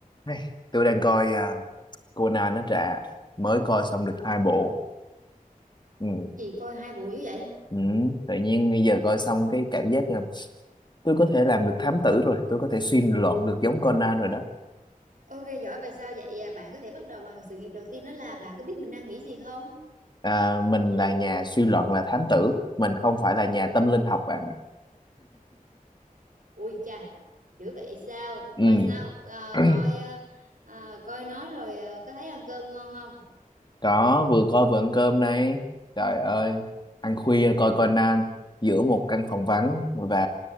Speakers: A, on the left; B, on the right.
A: Hey, tôi đang coi à, Conan nó trả mới coi xong được hai bộ ừ.
B: Gì coi hai bộ dữ vậy?
A: Ừ. tự nhiên bây giờ coi xong cái cảm giác là tôi có thể làm được thám tử rồi tôi có thể suy luận được giống Conan rồi đó
B: Ok giỏi vậy sao vậy? à? Bạn có thể bắt đầu bằng sự nghiệp đầu tiên đó là bạn có biết mình đang nghĩ gì không?
A: à, mình là nhà suy luận là thám tử mình không phải là nhà tâm linh học bạn ạ
B: Ui chà, dữ vậy sao?
A: ừ.
B: Mà sao à,
A: <clears throat>
B: coi à, à, coi nó rồi à, có thấy ăn cơm ngon không?
A: có vừa coi vừa ăn cơm này trời ơi ăn khuya coi Conan giữa một căn phòng vắng và,